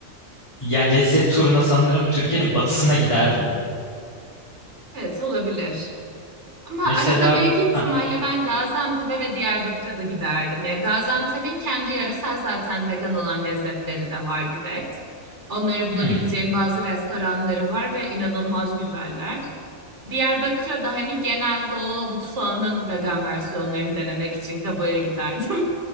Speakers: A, on the left; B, on the right.
A: yani lezzet turuna sanırım Türkiye'nin batısına giderdim.
B: Evet olabilir. Ama
A: Mesela
B: arada büyük ihtimalle
A: ha
B: ben Gaziantep'e ve Diyarbakır'a da giderdim. Ya Gaziantep'in kendi yöresel zaten vegan olan lezzetleri de var direkt. Onları bulabileceğin
A: hmm.
B: bazı restoranları var ve inanılmaz güzeller. Diyarbakır'a da hani genel doğu mutfağının vegan versiyonlarını denemek için Gabo'ya giderdim.